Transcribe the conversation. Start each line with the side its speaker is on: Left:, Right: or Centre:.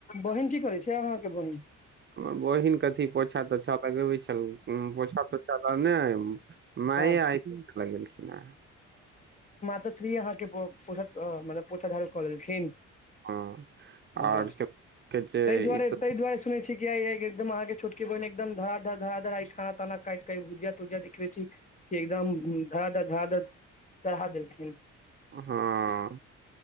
Left: बहिन की करै छै अहाँ के बहिन
Right: हमर बहिन के अथी पोछा तोछा लगेबै छल पोछा तोछा लगने माइ
Left: हँ
Right: आइ पोछा लगेलखिन या
Left: अहाँ के पोछा मतल पोछाझाड़ू कऽ लेलेलखिन
Right: हँ
Left: हँ
Right: आओर के जे
Left: ताहि दुआरे
Right: ई तऽ
Left: ताहि दुआरे सुनै छी किया कि एकदम आहाँ के छोटके बहिन एकदम धरा धर धरा धर खाना ताना काटि क भुजिया तुजिया देखबै छी कि एकदम धरा धर धरा धर चढ़ा देलखिन
Right: हाँ